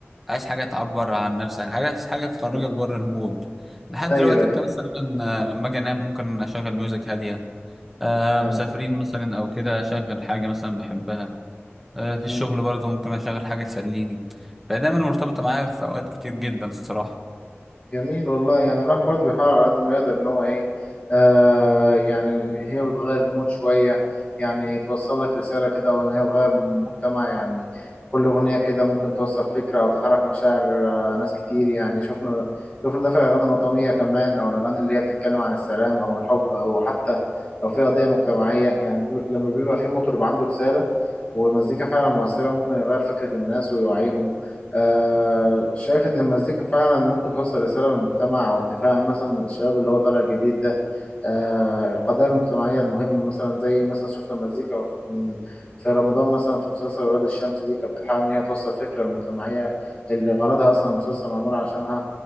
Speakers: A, in the centre; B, on the left.
A: عايز حاجة تعبر عن نفسك حاجة عايز حاجة تخرجك
B: <laughs>
A: بره المود لحد
B: ايوه
A: دلوقتي انت مثلا آه، لما اجي انام ممكن اشغل ميوزك هادية آه
B: حلو
A: مسافرين مثلا او كده اشغل حاجة مثلا بحبها آه، في
B: مم.
A: الشغل برضه ممكن اشغل حاجه تسليني فهي دايما مرتبطه معايا في اوقات كتير جدا الصراحه
B: جميل والله يعني الواحد برضه بيحاول على قد ما يقدر ان هو ايه آه يعني هي بتغير المود شوية يعني توصل لك رسالة كده وان هي تغير مجتمع يعني كل أغنية كده ممكن توصل فكرة أو تحرك مشاعر آه ناس كتير يعني شفنا شفنا ده في الأغاني الوطنية كمان أو الأغاني اللي هي بتتكلم عن السلام أو الحب أو حتى لو في قضية مجتمعية يعني بي- لما بيبقى في مطرب عنده رسالة ومزيكا فعلا مؤثرة ممكن يغير فكرة الناس ويوعيهم آه شايف إن المزيكا فعلا ممكن توصل رسالة للمجتمع أو تفهم مثلا الشباب اللي هو طالع جديد ده آه القضايا المجتمعية المهمة مثلا زي مثلا شفنا مزيكا من في رمضان مثلا في مسلسل ولاد الشمس دي كانت بتحاول إن هي توصل فكرة المجتمعية اللي غرضها أصلا المسلسل معمول عشانها